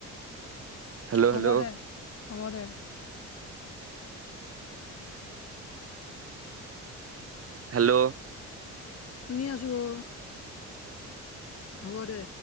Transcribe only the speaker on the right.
হেল্ল',
হেল্ল',
হেল্ল,